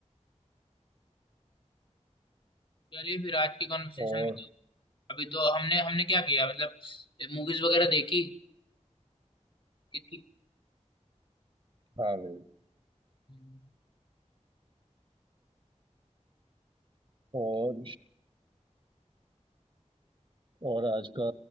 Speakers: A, on the left; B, on the right.
A: चलिए फिर आज की कॉन्वर्सेशन
B: और
A: में तो अभी तो हमने हमने क्या किया मतलब मूवीज वगैरह देखी कि,
B: हाँ भाई
A: कि,
B: और और आज का